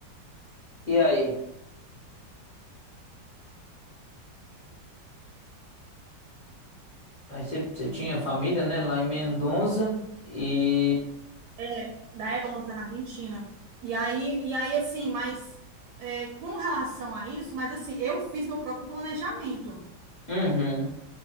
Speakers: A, on the left (about 40°); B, on the right (about 70°).
A: E aí? Aí você, você tinha família, né, lá em Mendonça e...
B: É, da época na Argentina. E aí, e aí assim, mas é, com relação a isso, mas assim, eu fiz meu próprio planejamento.
A: Uhum.